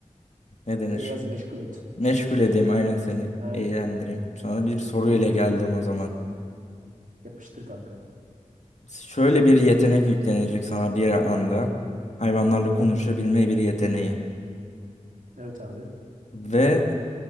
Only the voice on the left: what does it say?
Ne denir?
Meşgul edeyim aynen seni.
Eğlendireyim. Sana bir soru
ile geldim o zaman.
Şöyle bir yetenek yüklenecek sana bir anda. Hayvanlarla konuşabilme bir yeteneği.
Ve